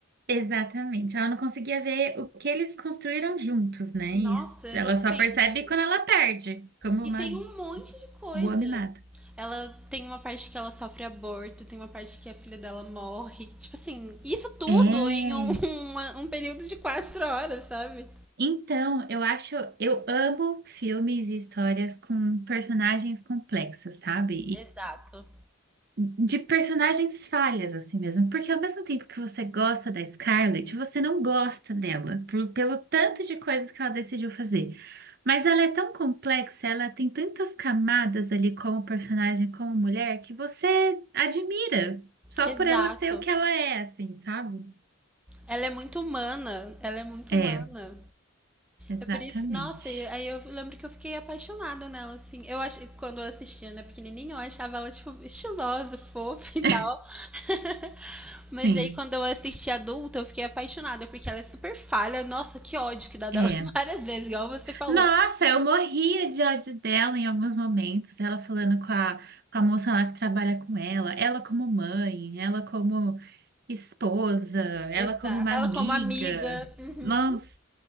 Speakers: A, on the right; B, in the centre.
A: exatamente. Ela não conseguia ver o que eles construíram juntos, né? Isso.
B: Nossa,
A: Ela
B: exatamente.
A: só percebe quando ela perde, como
B: E
A: uma
B: tem um monte de coisa.
A: boa mimada.
B: Ela tem uma parte que ela sofre aborto, tem uma parte que a filha dela morre. Tipo assim, isso tudo
A: É.
B: em um, <laughs> uma- um período de quatro horas, sabe?
A: Então, eu acho, eu amo filmes e histórias com personagens complexas, sabe?
B: Exato.
A: de personagens falhas, assim mesmo. Porque ao mesmo tempo que você gosta da Scarlett, você não gosta dela, por- pelo tanto de coisas que ela decidiu fazer. Mas ela é tão complexa, ela tem tantas camadas ali como personagem, como mulher, que você admira só
B: Exato.
A: por ela ser o que ela é, assim, sabe?
B: Ela é muito humana. Ela é muito
A: É,
B: humana.
A: exatamente.
B: É por isso, nossa, e aí eu lembro que eu fiquei apaixonada nela, assim. Eu ach... quando eu assistia, né, pequenininha, eu achava ela, tipo, estilosa, fofa e
A: <laughs>
B: tal. <laughs> Mas
A: Sim,
B: aí quando eu assisti adulta, eu fiquei apaixonada, porque ela é super falha. Nossa, que ódio que dá dela
A: é.
B: <laughs> várias vezes, igual você falou.
A: Nossa, eu morria de ódio dela em alguns momentos. Ela falando com a, com a moça lá que trabalha com ela, ela como mãe, ela como esposa, ela
B: Exato.
A: como uma
B: Ela
A: amiga.
B: como amiga. uhum.
A: Nossa,